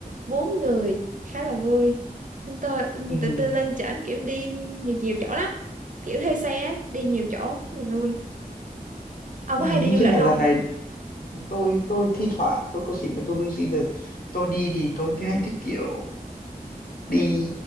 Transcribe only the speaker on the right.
bốn người khá là vui Chúng tôi ừ,
tụi tôi lên trển kiểu đi nhiều nhiều chỗ lắm kiểu thuê xe á, đi nhiều chỗ rất là vui ông
có hay
đi du
lịch
không